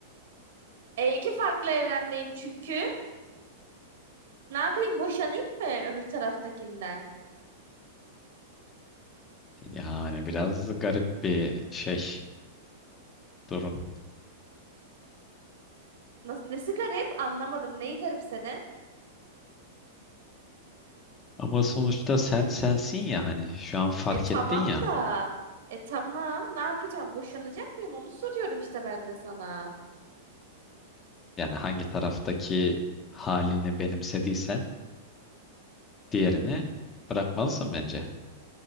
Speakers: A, on the right; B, on the left.
A: E iki farklı evrendeyim çünkü. Ne yapayım boşanayım mı öbür taraftakinden?
B: Yani biraz garip bir şey durum.
A: Nasıl, nesi garip anlamadım. Neyi garipsedin?
B: Ama sonuçta sen sensin ya hani şu an fark
A: E tamam
B: ettin ya.
A: da. E tamam. Ne yapacağım? Boşanacak mıyım? Onu soruyorum işte ben de sana.
B: Yani hangi taraftaki halini benimsediysen diğerini bırakmalısın bence.